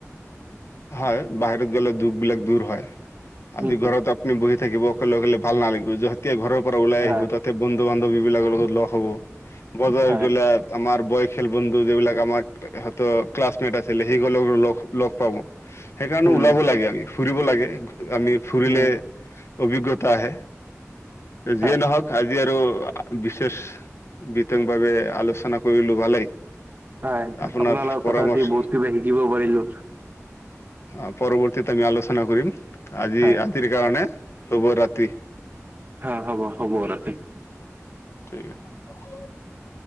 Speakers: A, on the left; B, on the right.
A: হয় বাহিৰত গ'লে দুখ বিলাক দূৰ হয় আজি
B: উম,
A: ঘৰত আপুনি বহি থাকিব অকলে অকলে ভাল নালাগিব তাতকে ঘৰৰ পৰা ওলাই
B: হয়
A: আহিব তাতে বন্ধু বান্ধৱী বিলাকৰ লগত লগ হ'ব বজাৰ
B: হয়
A: গলে আমাৰ বয়খিয়াল বন্ধু যিবিলাক আমাক সিহঁতৰ ক্লাছমেট আছিলে সেই সকলোকো লগ লগ পাব সেইকাৰণে
B: উম
A: ওলাব লাগে আমি ফুৰিব লাগে আমি ফুৰিলে
B: উম
A: অভিজ্ঞতা আহে
B: হয়
A: যিয়ে নহওক আজি আজি আৰু বিশেষ বিতংভাৱে আলোচনা কৰিলো ভালেই
B: হয়
A: আপোনাৰ
B: আপোনাল লগত
A: পৰামৰ্শ
B: কথা পাতি বহুত কিবা শিকিব পাৰিলো
A: অ পৰৱৰ্তীত আমি আলোচনা কৰিম আজি
B: হয়
A: আজিৰ কাৰণে শুভৰাতি
B: হা হ'ব শুভৰাতি
A: ঠিক <inaudible>